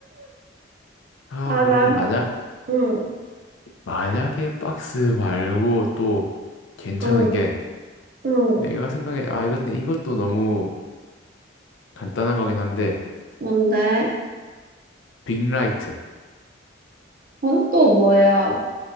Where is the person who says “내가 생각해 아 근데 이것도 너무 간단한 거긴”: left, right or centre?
Left